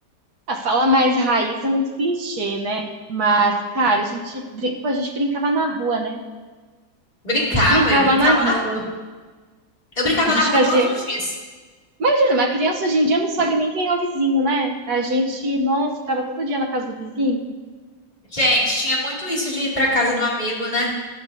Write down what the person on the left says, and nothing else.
Brincava,
eu brincava
na rua.
Eu brincava
na rua
todos os dias.
Gente, tinha muito isso de ir para casa do amigo, né?